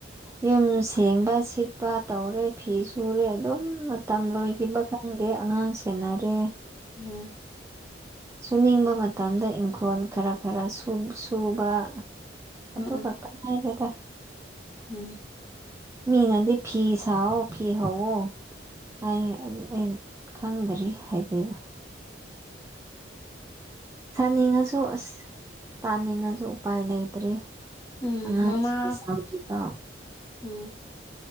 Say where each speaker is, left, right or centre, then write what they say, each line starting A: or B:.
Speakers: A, on the right; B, on the left.
A: ꯌꯨꯝ ꯁꯦꯡꯕ ꯁꯤꯠꯄ ꯇꯧꯔꯦ ꯐꯤ ꯁꯨꯔꯦ ꯑꯗꯨꯝ ꯃꯇꯝ ꯂꯣꯏꯈꯤꯕ ꯈꯪꯗꯦ ꯑꯉꯥꯡ ꯁꯦꯟꯅꯔꯦ
B: ꯎꯝ
A: ꯁꯨꯅꯤꯡꯕ ꯃꯇꯝꯗ ꯏꯪꯈꯣꯜ ꯈꯔ ꯈꯔ ꯁꯨ ꯁꯨꯕ ꯑꯗꯨ
B: ꯎꯝ ꯎꯝ
A: ꯈꯛꯇꯪ ꯉꯥꯏꯔꯦꯗ
B: ꯎꯝ
A: ꯃꯤꯅꯗꯤ ꯐꯤ ꯁꯥꯋꯣ ꯐꯤ ꯍꯧꯋꯣ ꯍꯥꯢꯌꯦ ꯑꯩ ꯈꯪꯗ꯭ꯔꯤ ꯍꯥꯏꯕꯤꯕ ꯁꯥꯅꯤꯡꯉꯁꯨ ꯑꯁ ꯇꯥꯅꯤꯡꯉꯁꯨ ꯎꯄꯥꯏ ꯂꯩꯇ꯭ꯔꯦ
B: ꯎꯝ
A: ꯑꯉꯥꯡꯁꯤꯡ
B: ꯃꯃꯥ
A: ꯆꯥꯎꯗ꯭ꯔꯤꯕ
B: ꯎꯝ